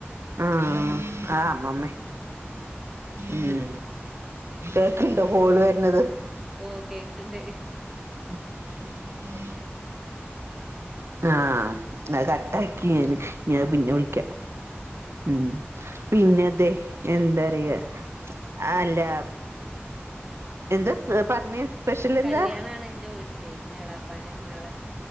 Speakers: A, on the right; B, in the centre.
A: ആഹ് ആഹ് അമ്മാമ്മേ
B: അത് ശരി
A: ഉം കേൾക്കുണ്ടോ കോൾ വരുന്നത്
B: ഓ കേക്ക്ണ്ട്
A: <unintelligible> ആഹ് അത് കട്ടാക്കി ഇനി അത്
B: ആഹ്
A: പിന്നെ വിളിക്കാ
B: ആഹ് ആഹ്
A: ഉം പിന്നെതെ
B: ന്നായിട്ട്
A: എന്താറിയാ ആഹ് അല്ലാ എന്ത്‌ പറഞ്ഞേ സ്പെഷ്യൽ എന്താ
B: കല്യാണാണ് എന്റെ വീട്ടില് ഇന്റെ എളാപ്പാന്റെ നാളെ